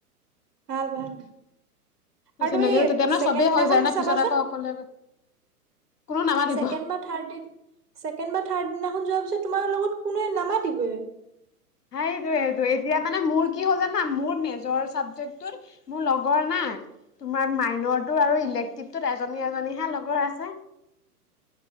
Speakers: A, on the right; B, on the left.
A: ভাল ভাল। আৰু
B: চিনাকি
A: তুমি
B: তেতিয়া মানে
A: চেকেণ্ড
B: চবেই
A: দিনাখন
B: হৈ যায় না
A: চাবা
B: পিছত
A: চোন,
B: আকৌ অকলে কোনো নামাতিব
A: চেকেণ্ড বা- থাৰ্ড দিন, ছেকেণ্ড বা থাৰ্ড দিনাখন যোৱাৰ পিছত তোমাৰ লগত কোনোৱে নামাতিবৈ।
B: হাই জুইয়া জুইত। এয়া মানে মোৰ কি হ'ল জানা মোৰ মেজৰ চাবজেক্টত মোৰ লগৰ নাই। তোমাৰ মাইনৰটো আৰু ইলেক্টিভ টোত এজনী এজনীহে লগৰ আছে।